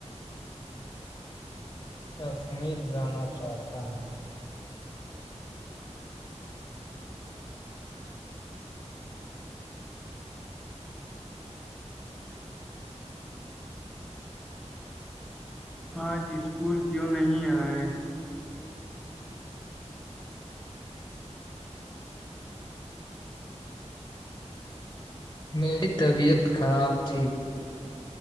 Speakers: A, on the left (about 30°); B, in the centre.
A: کشمیر جانا چاہتا ہوں
B: آج اسکول کیوں نہیں آئے
A: میری طبیعت خراب تھی